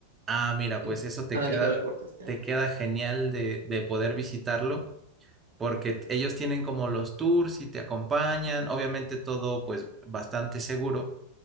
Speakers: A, on the right; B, on the right.
A: Ah, mira,
B: Soy
A: pues eso te
B: Fanático
A: queda,
B: de los deportes extremos.
A: te queda genial de, de poder visitarlo, porque t- ellos tienen como los tours y te acompañan, obviamente todo pues bastante seguro,